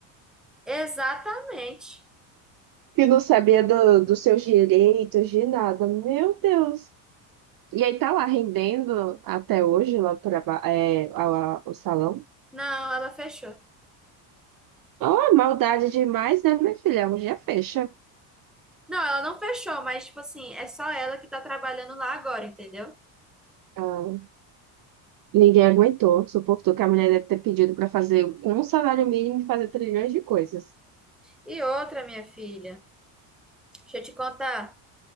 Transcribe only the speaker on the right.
Que não sabia do, dos seus direitos, de nada. Meu Deus. E aí tá lá rendendo até hoje lá o traba- é, a- a- o salão.
Oh, maldade demais, né, minha filha? Um dia fecha.
Ah, ninguém aguentou, suportou que a mulher deve ter pedido para fazer com um salário mínimo fazer trilhões de coisas.